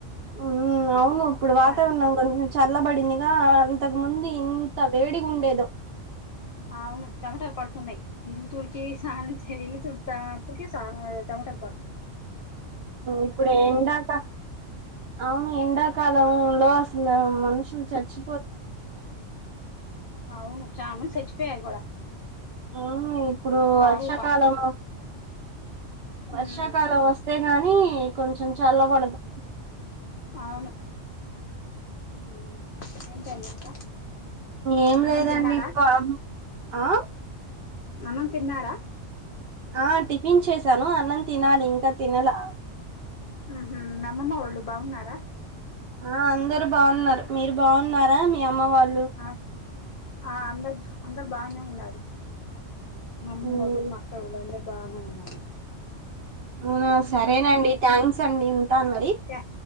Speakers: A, on the right (about 60°); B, on the left (about 55°).
A: ఉమ్ అవును ఇప్పుడు వాతావరణం
B: గా
A: కొంచెం చల్లబడింది ఆ అంతక ముందు ఇంత వేడిగుండేదో
B: అవును చెమటలు పడుతున్నాయ్ ఇల్లు తుడుచి స్నానం చే ఇల్లు తు <unintelligible> కి చాలా చమటలు పడుతున్నా
A: ఇప్పుడు ఎండాక అవును ఎండాక కాలంలో అసలు మనుషుని చచ్చి
B: అవును చాన్ మ సచ్చిపోయారు కూడా
A: అవును ఇప్పుడు
B: బావుగా
A: వర్షాకాలం వర్షాకాలం
B: ఉమ్
A: వస్తే గాని కొంచెం చల్ల పడదు
B: అవును మ్మ్ ఏంటంటి ఇంక
A: ఏం
B: అన్నం
A: లేదండి
B: తిన్నారా
A: ప ఆ
B: అన్నం తిన్నారా
A: ఆ టిఫిన్ చేసాను అన్నం తినాలి ఇంకా తినలా
B: ఉమ్ హు నమ్మ్మ ఒళ్ళు బాగున్నారా
A: ఆ అందరు బాగున్నారు మీరు బాగున్నారా మీ అమ్మవారు
B: ఆ ఆ అందరు అందరు బానే ఉన్నారు <unintelligible>
A: ఉమ్,
B: బానేఉన్నారూ
A: అవునా సరేనండి థ్యాంక్స్ అండి ఉంటాను మరి
B: ఉంటామండి